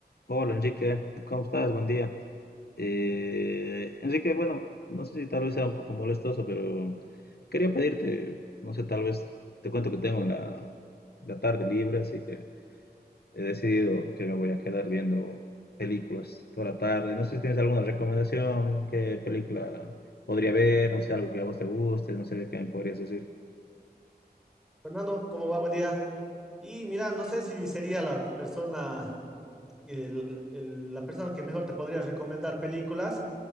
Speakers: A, on the left; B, in the centre.
A: Hola Enrique, ¿cómo estás? Buen día. Eh, Enrique, bueno, no sé si tal vez sea un poco molestoso, pero quería pedirte, no sé, tal vez te cuento que tengo la, la tarde libre, así que he decidido que me voy a quedar viendo películas toda la tarde. No sé si tienes alguna recomendación, qué película podría ver, no sé, algo que a vos te guste, no sé qué me podrías decir.
B: Fernando, ¿cómo va? Buen día. Y mira, no sé si sería la persona, el- el- la persona que mejor te podría recomendar películas,